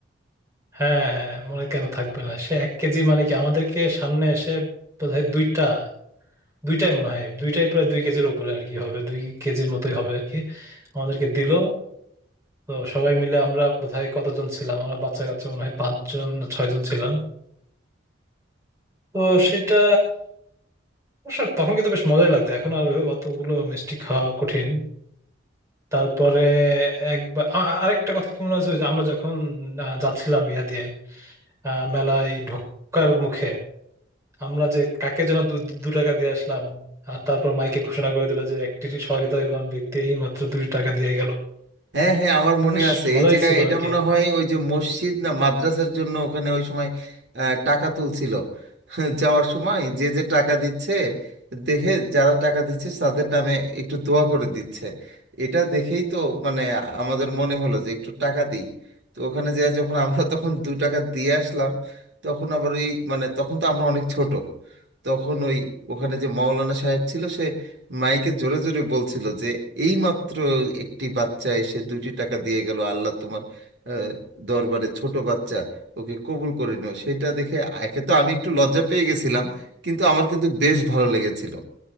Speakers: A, on the right; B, on the right.
A: হ্যাঁ হ্যাঁ মনে কেন থাকবে না সে এক কেজি মানে কি আমাদেরকে সামনে এসে বোধহয় দুইটা দুইটাই মনে হয় দুইটাই প্রায় দুই কেজির উপরে আর কি হবে দুই কেজির মতোই হবে আর কি আমাদেরকে দিল তো সবাই মিলে আমরা বোধহয় কতজন ছিলাম আমরা বাচ্চা কাচ্চা মনে হয় পাঁচজন না ছয়জন ছিলাম তো সেটা অবশ্য তখন কিন্তু বেশ মজাই লাগতো এখন আর ওই অতগুলো মিষ্টি খাওয়া কঠিন তারপরে একবার আ- আরেকটা কথা কি মনে হয়েছে ওই যে আমরা যখন আহ, যাচ্ছিলাম ইয়া দিয়ে আহ, মেলায় ঢোকার মুখে আমরা যে কাকে যেন দু দু টাকা দিয়ে আসলাম আর তারপর মাইকে ঘোষণা করে দিল যে একটি সহৃদয়বান ব্যক্তি এই মাত্র দুই টাকা দিয়ে গেল
B: হ্যাঁ হ্যাঁ আমার মনে
A: বেশ
B: আছে
A: মজাই
B: এই যে
A: ছিল
B: এটা
A: আর কি
B: মনে হয় ওই যে মসজিদ না মাদ্রাসার জন্য ওখানে ওই সময় আহ, টাকা তুলছিল যাওয়ার সময় যে যে টাকা দিচ্ছে দেখে যারা টাকা দিচ্ছে তাদের নামে একটু দোয়া করে দিচ্ছে এটা দেখেই তো মানে আমাদের মনে হলো যে একটু টাকা দিই তো ওখানে যে যখন আমরা <laughs> তখন দু টাকা দিয়ে আসলাম তখন আবার এই মানে তখন তো আমরা অনেক ছোট তখন ওই ওখানে যে মাওলানা সাহেব ছিল সে মাইকে জোরে জোরে বলছিল যে এই মাত্র একটি বাচ্চা এসে দুটি টাকা দিয়ে গেল আল্লাহ তোমার আহ, দরবারে ছোট বাচ্চা ওকে কবুল করে নিও সেটা দেখে একে তো আমি একটু লজ্জা পেয়ে গেছিলাম কিন্তু আমার কিন্তু বেশ ভালো লেগেছিল